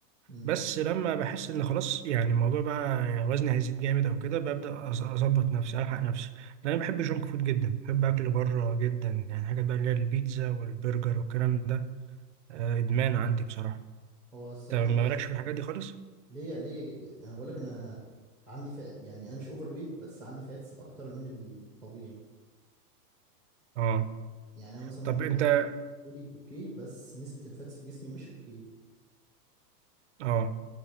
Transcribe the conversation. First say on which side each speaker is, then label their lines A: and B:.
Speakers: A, in the centre; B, on the right.
A: امم
B: بس لما بحس ان خلاص يعني الموضوع بقى وزني هيزيد جامد او كده ببدا أز- اظبط نفسي الحق نفسي لان انا بحب الجونك فود جدا بحب اكل بره جدا يعني حاجات بقى اللي هي البيتزا والبرجر والكلام ده آه، ادمان عندي بصراحه
A: هو الصراحه
B: طب ما
A: انت
B: مالكش في الحاجات دي خالص
A: ليا ليا ج- يعني انا بقول لك انا عندي فئة يعني انا مش اوفر ويت بس عندي فاتس اكتر من الطبيعي
B: اه
A: يعني انا مثلا
B: طب
A: ممكن
B: انت
A: وزني تقولي اوكي بس نسبة الفاتس في جسمي مش اوكي
B: اه